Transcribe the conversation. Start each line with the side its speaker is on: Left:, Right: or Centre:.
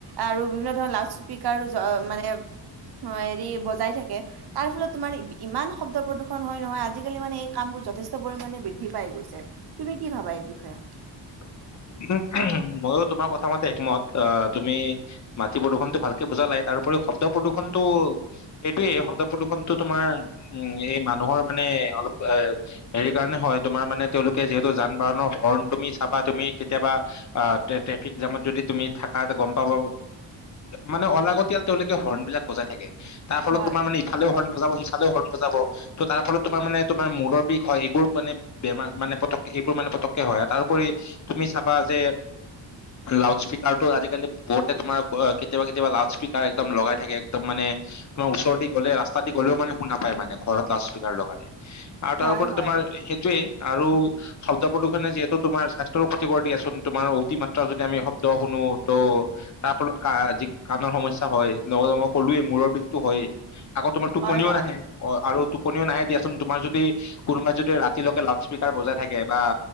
Right: আৰু বিভিন্ন ধৰণৰ লাউড স্পকাৰ মানে অ, হেৰি বজাই থাকে তাৰ ফলত তোমাৰ ইমান শব্দ প্ৰদূষন হয় নহয় আজিকালি মানে এই কামোৰ যথেষ্ট পৰিমণে বৃদ্ধি পাই গৈছে তুমি কি ভাবা এই বিষয়ে
Left: <inaudible> <unintelligible> ময়ো তোমাৰ কথা মাতে একমত অ তুমি মাটি প্ৰদূষণতটো ভালকে বুজা লাই তাত তাৰোপৰি শব্দ প্ৰদূষণটো সেইটোয়ে শব্দ প্ৰদূ্ষণতটো তোমাৰ উম এই মানুহৰ মানে অলপ এ হেৰি কাৰণে হয় তোমাৰ মানে তেওঁলোকে যিহেতু যান বাহনৰ হৰ্ণ তুমি চাবা তুমি কেতিয়াবা অ, ট্ৰেফিক জামত যদি তুমি থাক গম পাব মানে অলাগতি তেওঁলোকে হৰ্ণ বিলাক বজাইাকে তাৰ ফলত
Right: হয়
Left: তোমাৰ মানে ইফালে হৰ্ণ বজাব চালও হল নাজাব ত তাৰ ফলত তোমাৰ মানে তোমাৰ মূৰ বিষ হয়। এইবোৰ মানে বেমাৰ মানে পতক এইবোৰ মানে পতককে হয়, তাৰওপৰি তুমি চাবা যে লাউডস্পীকাৰতো আজিকালি বৰ্টে তোমাৰ কেতিয়াবা কেতিয়াবা লাউডস্পীকাৰ একদম লগাই থাকে। একদম মানে তাৰ ওচৰতে গলে ৰাস্তা দি গ'লেও মানে শু নাপায় মানে ঘৰত লাউডস্পীকাৰ লগালি আৰু
Right: হয়
Left: তাৰোপৰি
Right: হয়
Left: তোমাৰ সেইটোয়ে আৰু শব্দ প্ৰদূষনে যিহেতু তোমাৰ স্বাস্থ্য ক্ষতি দিয়াচোন তোমাৰ অতিমাত্ৰা যদি আমি শব্দ শুনো ত তাৰ ফলত কা যি কাণত সমস্যা হয় লগতে মই ক'লোৱে মূৰ বিগতটো হয়েই আকৌ তোমাৰ টোপনিও
Right: হয় হয়
Left: নাহে অ আৰু টোপনিও নাহে দিয়াচোন তোমাৰ যদি কোনোবা যদি ৰাতিলৈকে লাউড স্পীকাৰ বজাই থাকে বা